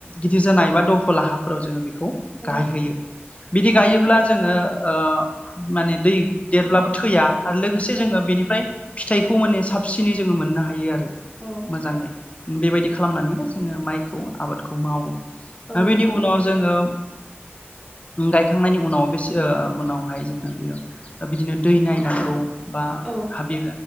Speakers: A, on the left; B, in the centre.
A: गिदिर जानाय एबा दहला हाफोराव जों बि खौ
B: औ
A: गायहोयो बिदि
B: औ
A: गायोब्ला
B: नंगौ
A: जोङो ओ माने दै देरब्लाबो थैया आरो लोगोसे
B: औ
A: जोङो बेनिफाय फिथाइखौ माने साबसिनै जोङो मोननो हायो आरो
B: अ
A: मोजाङै बेबायदि खालामनानैबो जोङो माइखौ आबादखौ मावो
B: औ
A: दा
B: नंगौ
A: बेनि उनाव जोङो <unintelligible> गायखांनायनि उनाव बेस उनावहाय जोङो बेयो ओ बिदिनो दै नायनांगौ बा
B: औ
A: हाबिर